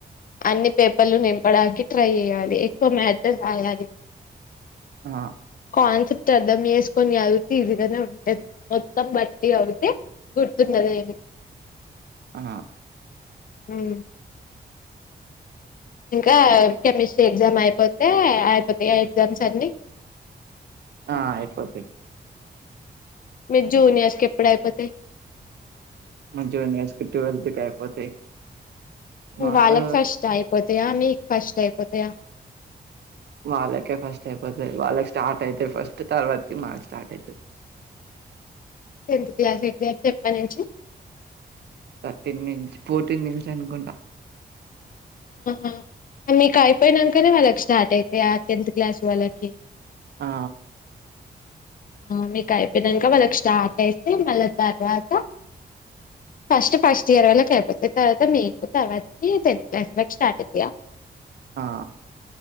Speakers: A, on the left; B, on the right.
A: అన్ని పేపర్లు నింపడానికి ట్రై చేయాలి. ఎక్కువ మ్యాటర్ రాయాలి.
B: ఆ
A: కాన్సెప్ త్తం అర్ధం చేసుకొని చదువితే ఇజీగానే ఉంటది. మొత్తం బట్టి చవితే గుర్తుండది ఏవీ
B: ఆ
A: ఉమ్ ఇంకా కెమిస్ట్రీ ఎగ్జామ్ అయిపోతే అయిపోతాయ ఎగ్జామ్స్ అన్ని
B: ఆ ఆయిపోతాయి.
A: మీ జూనియర్స్ కేప్పుడయిపోతేయి.
B: మంచిగున్నయి స్కిట్ ట్వెల్త్ కి అయిపోతాయి. మాకు
A: వాళ్ళకి ఫస్ట్ అయిపోతాయా మీకు ఫస్ట్ అయిపోతాయా?
B: వాళ్ళకే ఫస్ట్ అయిపోతది వాళ్ళకి స్టార్ట్ అయితాయి ఫస్ట్ తర్వాతకి మాకు స్టార్ట్ అయితాయి.
A: టెన్త్ క్లాస్ ఎగ్జాట్ ఎప్పటి నుంచి
B: థర్టీన్ నుంచి ఫోర్టీన్ నుంచి అనుకుంటా
A: హ హ మీకు అయిపోయినంకనే వాళ్ళకి స్టార్ట్ అయితయా ఆ టెన్త్ క్లాస్ వాళ్ళకి
B: ఆ
A: ఆ మీకు అయిపోయినంక వాళ్ళకి స్టార్ట్ అయితే మళ్ళా తర్వాత ఫస్ట్ ఫస్ట్ ఇయర్ వాళ్ళకి అయిపోతా తర్వాత మీకు తర్వాతకి టెన్త్ క్లాస్ వాళ్ళకు స్టార్ట్ అవుతాయా?
B: ఆ